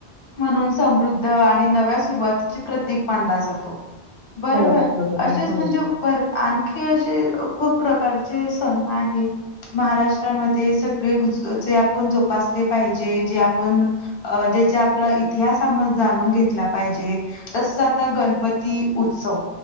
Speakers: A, on the left (about 60°); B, on the right (about 70°).
A: म्हणून समृद्ध आणि नव्या सुरुवातीची प्रतीक मानला जातो. बरोबर
B: हो
A: असेच
B: आहे हो
A: म्हणजे भर आणखी असे खूप प्रकारचे सण आहे. महाराष्ट्रामध्ये सगळे गु ज चे आप जोपासले पाहिजे जे आपण ज्याचे आपला इतिहास जाणून घेतला पाहिजे. तसच आता गणपती उत्सव